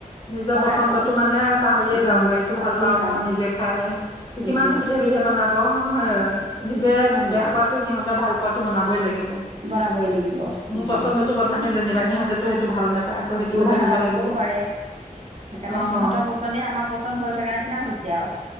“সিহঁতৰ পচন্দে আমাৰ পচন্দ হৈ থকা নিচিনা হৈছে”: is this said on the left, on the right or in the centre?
Right